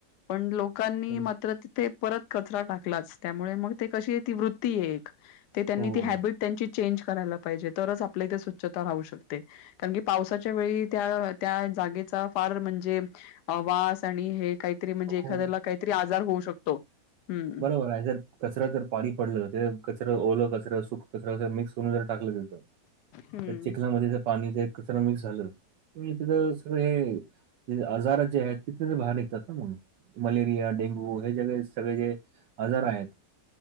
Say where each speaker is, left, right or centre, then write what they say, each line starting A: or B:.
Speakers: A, on the left; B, on the right.
A: पण लोकांनी
B: पण
A: मात्र तिथे परत कचरा टाकलाच त्यामुळे मग कशी ती वृत्ती आहे एक त्यांनी
B: हो.
A: ती हबिट त्यांची चेंज करायला पाहिजे तरच आपल्या इथे स्वच्छता राहू शकते. कारण की पावसाच्या वेळी त्या त्या जागेचा फार म्हणजे वास आणि हे काहीतरी म्हणजे
B: हो
A: एखाद्याला काहीतरी आजार होऊ शकतो. हम.
B: हो जर कचरा जर पाणी पडलं ते कचरा ओलं कचरा सुखं कचरा अस मिक्स करून ज टाकलं तथं.
A: हम्म
B: त्या चिखलामध्ये पाणी कर मिक्स झालं सगळं हे. ज आजारात जे आहेत तिथले तर बाहेर निघतात ना मग मलेरिया डेंगू हे जगळे सगळे जे आजार आहेत